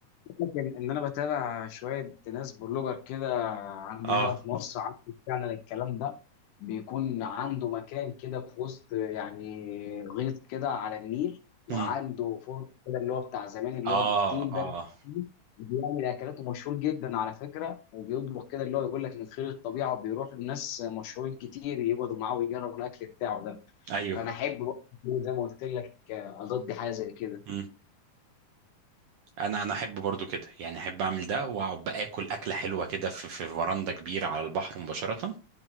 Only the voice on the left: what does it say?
لكن ان انا بتابع شويه ناس بلوجر كده عندنا
هنا في مصر عارف فعلا الكلام ده بيكون عنده مكان كده في وسط يعني غيط كده على النيل وعنده
فرن كده اللي هو بتاع زمان اللي
هو بالطين
ده بيعمل اكلاته مشهور جدا على فكره وبيطبخ كده اللي هو يقول لك من خير الطبيعه وبيروح لناس مشهورين كتير يقعدوا معاه ويجربوا الاكل بتاعه ده
فانا احب برضه زي ما قلت لك آه، اضدي حاجه زي كده